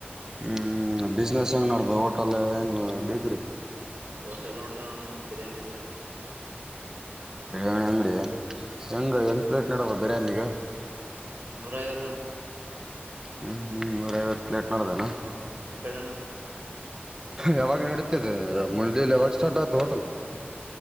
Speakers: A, on the right; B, on the right.
A: ಹ್ಮ್ ಬಿಸ್ನೆಸ್ ಹೆಂಗ ನಡ್ದ ಹೋಟೆಲ್ ಏನ್ ಬೇಕ್ರರಿ
B: ಹೋಟಲಿನೋಡದಣ್ಣ ಬಿರಿಯಾನಿ ಅಂಗಡಿ
A: ಬಿರಯಾಣಿ ಅಂಗಡಿ ಹೆಂಗ ಹೆಂಗ್ ಪ್ಲೇಟ್ ನಡದವ ಬಿರಯಾನಿಗ
B: ನೂರ್ ಐವತ್ತ ಅಣ್ಣ
A: ಹ್ಮ್ ಹ್ಮ್ ನೂರೈಐವತ್ತು ಪ್ಲೇಟ್ ನಡ್ದನ
B: ಹಾ ನಿಮ್ ಕಡೆ ಅಣ್ಣ
A: ಯಾವಾಗ ನಡೀತಿದೆ ಮುಂಜಲೇ ಯಾವಾಗ ಸ್ಟಾರ್ಟ್ ಆಯತು ಹೋಟೆಲ್